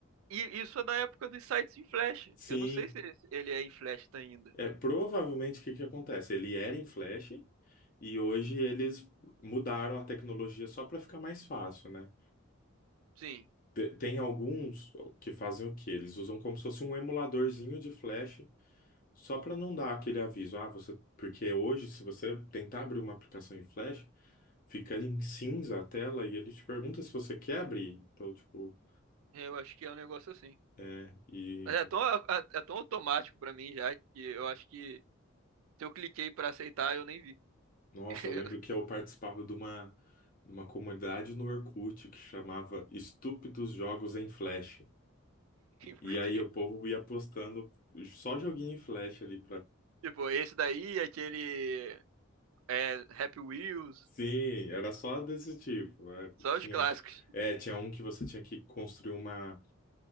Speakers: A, on the right (about 85°); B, on the left (about 40°).
A: e isso é da época dos sites em Flash.
B: Sim.
A: Eu não sei se ele é em Flash tá ainda.
B: É, provavelmente o que que acontece? Ele era em flash e hoje eles mudaram a tecnologia só para ficar mais fácil, né?
A: Sim,
B: Te- Tem alguns que fazem o quê? Eles usam como se fosse um emuladorzinho de Flash, só para não dar aquele aviso. Ah, você. Porque hoje, se você tentar abrir uma aplicação em Flash, fica em cinza a tela e ele te pergunta se você quer abrir. Então, tipo,
A: eu acho que é um negócio assim.
B: é. E,
A: Mas É tão, é, é tão automático pra mim já que eu acho que se eu cliquei pra aceitar, eu nem vi.
B: nossa,
A: <laughs>
B: eu lembro que eu participava de uma, de uma comunidade no Orkut que chamava Estúpidos Jogos em Flash. E
A: Porque,
B: aí o povo ia postando só joguinho em Flash ali
A: tipo, esse daí, aquele é, Happy Wheels,
B: Sim, era só desse tipo. é,
A: só
B: tinha,
A: os clássicos.
B: é, tinha um que você tinha que construir uma,